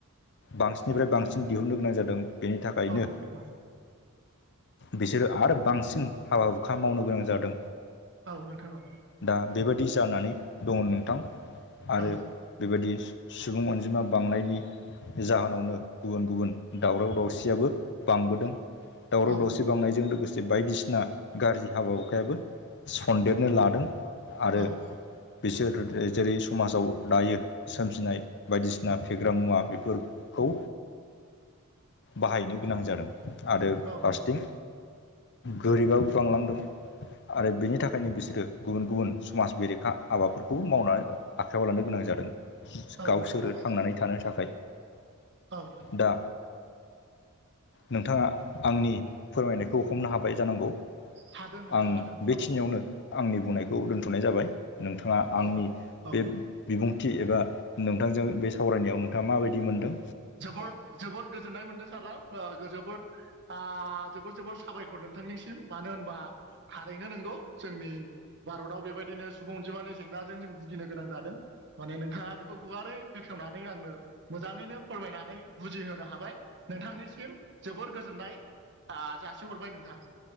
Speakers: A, on the left (about 55°); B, on the right (about 55°).
A: बांसिननिफ्राय बांसिन दिहुनन्नो गोनां जादों बेनि थाखायनो
B: औ नोंथां
A: बिसोरो आरो बांसिन हाबा हुखा मावनो गोनां जादों।
B: औ नोंथां औ।
A: दा बेबादि जानानै दङ नोंथां आरो
B: औ
A: बेबायदि सुबुं अनजिमा बांनायनि जाहोनावनो गुबुन गुबुन दावराव दावसियाबो बांबोदों। दावराव
B: औ नोंथां
A: दावसि बावनायजों लोगोसे बायदिसिना गारजि हाबा हुखायाबो सन्देरनो लादों आरो
B: औ
A: बिसोर जेरै समाजाव दायो सोमजिनाय बायदिसिना फेग्रा मुवा बेफोर खौ बाहायनो गोनां जादों। आरो
B: औ
A: फारसेथिं गोरिबाबो बांलांदों आरो बिनि खायनो बिसोरो गुबुन गुबुन समाज बेरेखा हाबाफोरखौ मावना आखायाव लानो गोनां जादों।
B: औ
A: गावसोरो
B: नोंथां
A: थांनानै थानो थाखाय
B: औ
A: दा नोंथाङा आंनि फोरमायनायखौ हमनो हाबाय जानांगौ।
B: हादों नोंथां
A: आं
B: हादों
A: बेखिनियावनो आंनि बुंनायखौ दोनथ'नाय जाबाय। नोंथाङा आंनि
B: औ औ
A: बे बिबुंथि एबा नोंथांजों बे सावरायनायाव नोंथाङा माबायदि मोनदों?
B: जबोद जोबोद गोजोननाय मोनदों सारा ओ जोबोद आ जोबोर जोबोर साबायखर नोंथांनिसिम। मानो होनबा थारैनो नोंगौ जोंनि भारताव बेबायदिनो सुबुं अनजिमानि जेंनाजों जों भुगिनो गोनां जादों। माने नोंथाङा बेखौ गुवारै बेखेवनानै आंनो मोजाङैनो फोरमायनानै बुजिहोनो हाबाय नोंथांनिसिम जोबोर गोजोननाय आ जासि हरबाय नोंथां।